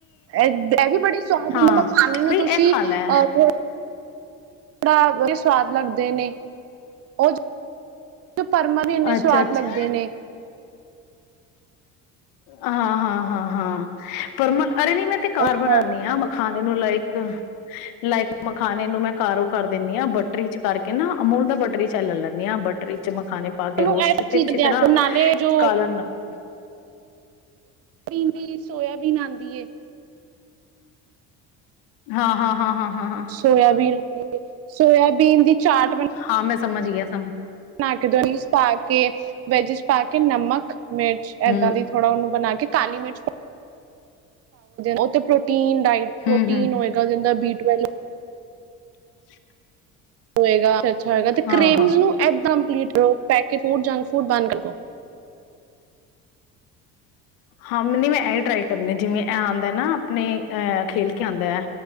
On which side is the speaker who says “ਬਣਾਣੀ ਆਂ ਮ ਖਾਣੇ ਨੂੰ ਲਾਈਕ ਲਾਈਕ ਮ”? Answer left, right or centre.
Left